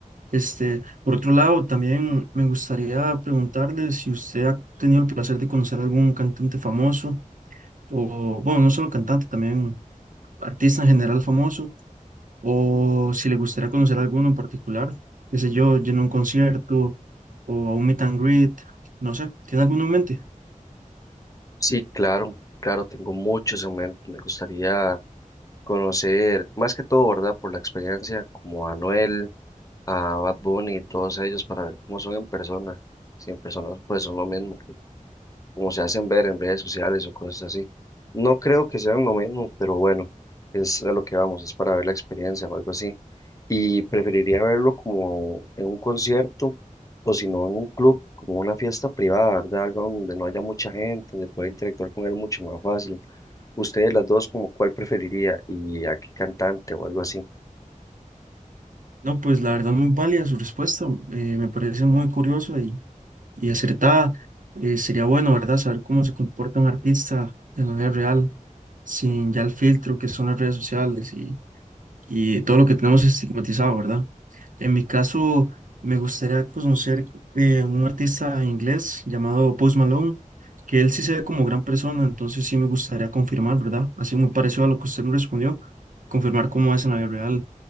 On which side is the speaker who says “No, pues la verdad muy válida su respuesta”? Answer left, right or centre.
Right